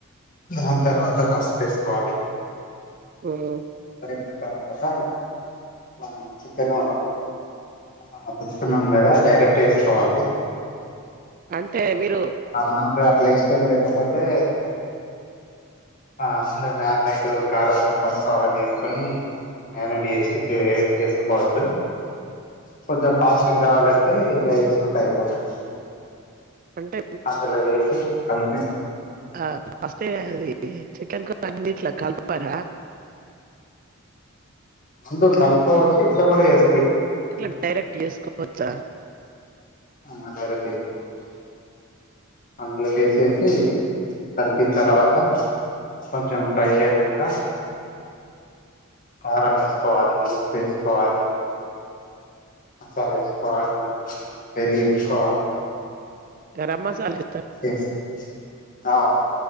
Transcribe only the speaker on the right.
ఉమ్
అంటే మీరు?
అంటే
ఆ ఫస్టే అది ఏ చికెన్ <unintelligible> అన్నిట్లా కల్పుకోరా?
ఎట్ల డైరెక్ట్ గ ఏసుకోవచ్చా?
గరం మసాలే